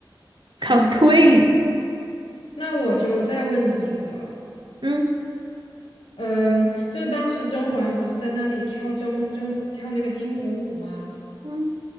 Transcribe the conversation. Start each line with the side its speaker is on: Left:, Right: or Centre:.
Left: 好，
Right: 靠推理，
Left: 那我就再问你一个，
Right: 嗯
Left: 嗯，就是当时甄嬛不是在那里跳甄甄跳那个惊鸿舞吗？
Right: 嗯，